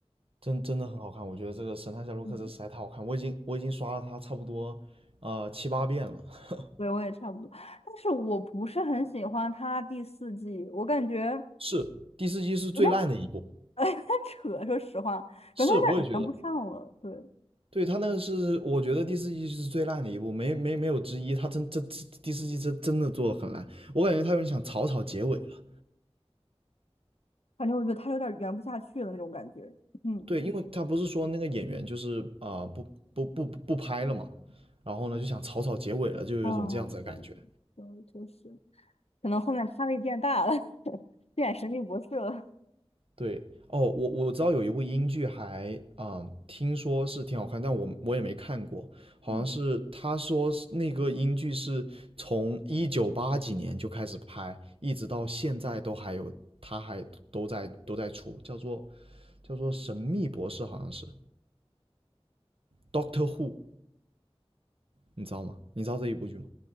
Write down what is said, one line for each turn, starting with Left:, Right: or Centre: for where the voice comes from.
Right: 真真的很好看。我觉得这个《神探夏洛克》这实在太好看，
Left: 嗯，
Right: 我已经我已经刷了它差不多呃七八遍了。<laughs>
Left: 对，我也差不多，但是我不是很喜欢他第四季，我感觉。
Right: 是第四季是最烂的一部，
Left: 我 <laughs> 哎，有点扯，说实话，
Right: 是我也觉得。
Left: 感觉他有点圆不上了。对，
Right: 对，他那个是我觉得第四季是最烂的一部，没没没有之一。他真真第四季真真的做的很烂，我感觉他有点想草草结尾了。
Left: 反正我觉得他有点圆不下去了那种感觉。嗯，
Right: 对，因为他不是说那个演员就是啊、不不不不拍了嘛，然后呢就想草草结尾了，就有一种这样子的感觉。
Left: 啊，对，对，确实。可能后面咖位变大了，<laughs> 变神秘博士了。
Right: 对，哦，我我知道有一部英剧还啊、听说是挺好看，但我我也没看过，好像是他说是那个英剧是从一九八几年就开始拍，
Left: 嗯，
Right: 一直到现在都还有，他还都在都在出，叫做叫做《神秘博士》，好像是 Doctor Who，你知道吗？你知道这一部剧吗？